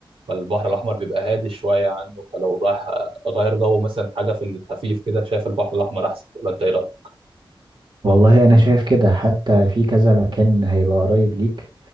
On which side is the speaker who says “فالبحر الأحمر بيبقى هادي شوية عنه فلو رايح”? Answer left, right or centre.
Right